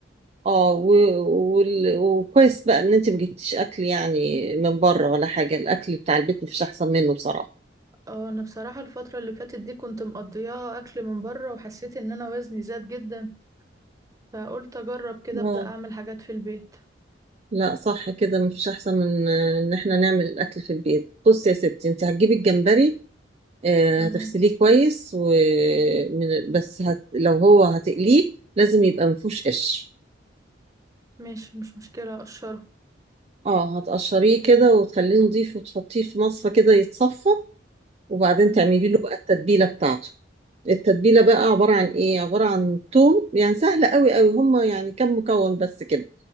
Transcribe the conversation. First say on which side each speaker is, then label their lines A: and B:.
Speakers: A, on the right; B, on the right.
A: اه و- وال- وكويس بقى ان انت ما جبتيش اكل يعني من بره ولا حاجه الاكل بتاع البيت مفيش احسن منه بصراحه
B: اه انا بصراحة الفترة اللي فاتت دي كنت مقضياها اكل من بره وحسيت ان انا وزني زاد جدا فقلت اجرب كده
A: اه
B: ابدا اعمل حاجات في البيت
A: لا صح كده مفيش احسن من آه، ان احنا نعمل الاكل في البيت بصي يا ستي انت هتجيبي الجمبري آه،
B: تمام
A: هتغسليه كويس ومن بس هت... لو هو هتقليه لازم يبقى مفيهوش قش
B: ماشي مش مشكلة اقشره
A: اه هتقشريه كده وتخليه نضيف وتحطيه في مصفى كده يتصفى وبعدين
B: امم
A: تعملي له بقى التتبيله بتاعته التتبيلة بقى عبارة عن ايه عبارة عن توم يعني سهلة قوي قوي هما يعني كم مكون بس كده